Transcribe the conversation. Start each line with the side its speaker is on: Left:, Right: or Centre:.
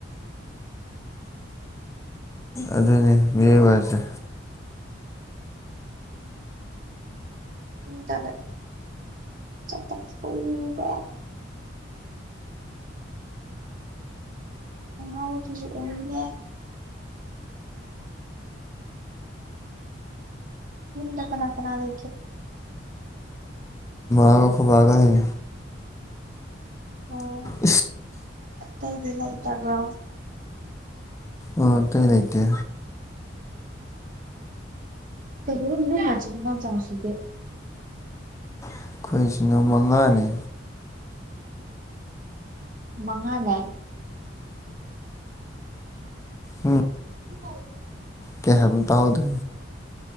Left: ꯑꯗꯨꯅꯤ ꯃꯤꯑꯣꯏꯕꯁꯦ
Right: ꯆ ꯐ ꯃꯅꯥ ꯍꯧꯊꯁꯨ ꯎꯅꯤꯡꯉꯦ ꯍꯗ ꯀꯅꯥ ꯀꯅꯥ ꯔ
Left: ꯒ ꯈꯕꯥꯒꯁꯦ
Right: ꯑꯣ
Left: ꯏꯁ
Right: ꯑꯠꯇꯗꯂꯥꯏ ꯇꯒ
Left: ꯑꯣ ꯇ ꯂꯩꯇ
Right: ꯇꯅ ꯃꯆꯤꯡꯟꯅ ꯆꯪꯁꯗꯦ
Left: ꯑꯩꯈꯣꯏꯁꯤꯅ ꯃꯉꯥꯅꯤ
Right: ꯃꯉꯥꯅꯦ
Left: ꯎꯝ
Right: ꯍ
Left: ꯀꯦ ꯍꯥꯏ ꯇꯍꯗꯣ